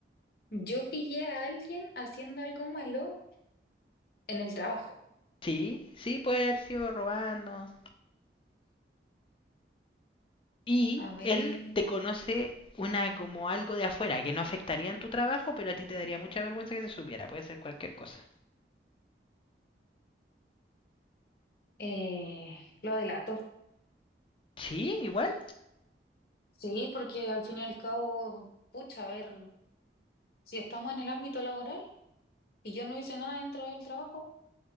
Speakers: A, on the left (about 60°); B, on the left (about 30°).
A: yo pillé a alguien haciendo algo malo en el trabajo.
B: Sí, sí puede haber sido robando. Y
A: A ver,
B: él te conoce una como algo de afuera que no afectaría en tu trabajo, pero a ti te daría mucha vergüenza que se supiera, puede ser cualquier cosa.
A: eh, lo delato.
B: Sí, igual.
A: Sí, porque al fin y al cabo, pucha, a ver, si estamos en el ámbito laboral y yo no hice nada dentro del trabajo,